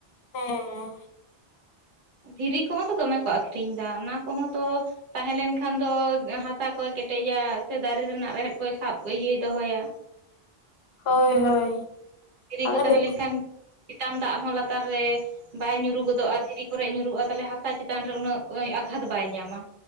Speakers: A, on the left; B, on the right.
A: ᱦᱮᱸᱻᱦᱮᱸ
B: ᱫᱷᱤᱨᱤ ᱠᱚᱦᱚᱸ ᱛᱚ ᱫᱚᱢᱮ ᱠᱚ ᱟᱠᱷᱨᱤᱧ ᱫᱟ ᱚᱱᱟ ᱠᱚᱦᱚᱸ ᱛᱚ ᱛᱟᱦᱮᱸ ᱞᱮᱱᱠᱷᱟᱱ ᱫᱚ ᱦᱟᱥᱟ ᱠᱚᱭ ᱠᱮᱴᱮᱡᱟ ᱥᱮ ᱫᱟᱨᱮ ᱨᱮᱱᱟᱜ ᱨᱮᱦᱮᱫ ᱠᱚᱭ ᱥᱟᱵ ᱤᱭᱟᱹᱭ ᱫᱚᱦᱚᱭᱟ᱾
A: ᱦᱳᱭ ᱦᱳᱭ᱾
B: ᱤ
A: ᱟᱫᱚ
B: ᱠᱚ ᱛᱟᱦᱮᱸ
A: ᱱᱤᱛ
B: ᱞᱮᱱᱠᱷᱟᱱ ᱪᱮᱛᱟᱱ ᱫᱟᱜ ᱦᱚᱸ ᱞᱟᱛᱟᱨ ᱨᱮ ᱵᱟᱭ ᱧᱩᱨᱩ ᱜᱚᱫᱚᱜᱼᱟ ᱫᱷᱤᱨᱤ ᱠᱚᱨᱮᱜ ᱧᱩᱨᱩᱼᱟ ᱛᱟᱞᱦᱮ ᱦᱟᱥᱟ ᱪᱮᱛᱟᱱ ᱨᱮ ᱩᱱᱟᱹᱜ ᱟᱜᱷᱟᱛ ᱵᱟᱭ ᱧᱟᱢᱟ᱾